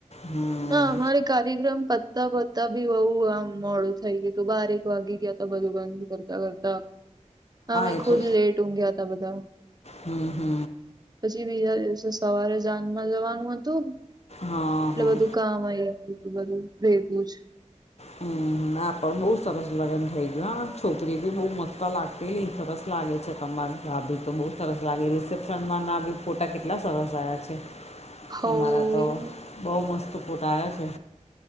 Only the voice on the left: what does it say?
હમ
એ
તો
હમ હ.
હા
હા
હમ. ના પણ બહુ સરસ લગ્ન થઈ ગયું હા છોકરી બી બહુ મસ્તા લાગતી સરસ લાગે છે તમારે બી તો બહુ સરસ લાગી રિસેપ્શનમાં ના બી ફોટા કેટલા સરસ આવ્યા છે.
તમારા તો
બઉુ મસ્ત ફોટા આવ્યા છે.